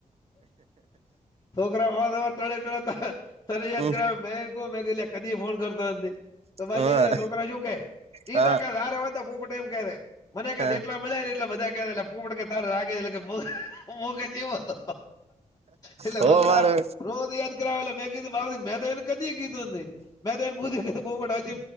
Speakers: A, on the left; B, on the right.
A: કરા હોવા ટોડે ટોળદ
B: હમ
A: મેન મે <unintelligible> કદી ફોન કરતો એમ તોરે
B: હા
A: જ રહ છોકરા શું કે
B: હા
A: તકા આરેારે વાતા પૂપ ટાઈમ કે મને ક
B: હા
A: એટલા મળ્યા ને એટલા બધા ક એટલે પપડકે તારેા રાગે એટલે કેગ જવો હતો એટલેો
B: હો
A: કર
B: મારો
A: હા રો યાદ કરાવે એટલે મેં કીધું મેં તો એને ક કીધું મેં તો એને પૂછ્યું બહુ બામ